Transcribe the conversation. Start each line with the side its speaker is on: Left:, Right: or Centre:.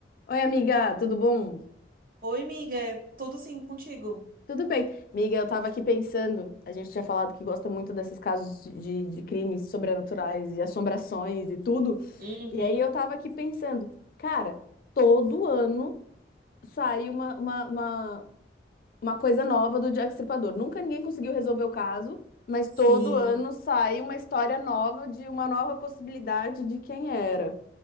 Left: Oi, amiga, tudo bom?
Right: Oi, miga, tudo sim contigo?
Left: Tudo bem. Amiga, eu tava aqui pensando, a gente tinha falado que gosta muito desses casos de, de crimes sobrenaturais e assombrações e tudo.
Right: Uhum.
Left: E aí eu tava aqui pensando, cara, todo ano sai uma, uma, uma, uma coisa nova do Jack Stripador. Nunca ninguém conseguiu resolver o caso, mas
Right: Sim,
Left: todo ano sai uma história nova de uma nova possibilidade de quem era.